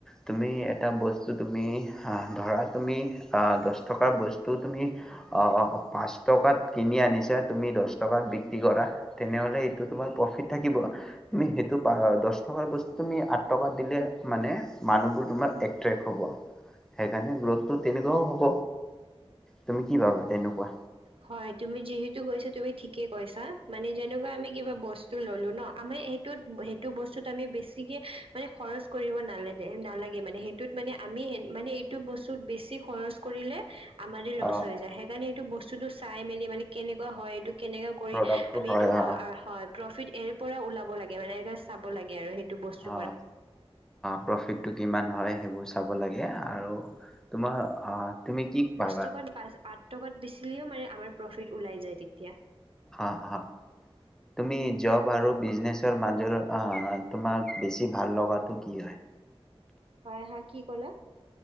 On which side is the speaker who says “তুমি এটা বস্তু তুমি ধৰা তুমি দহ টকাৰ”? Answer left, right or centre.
Centre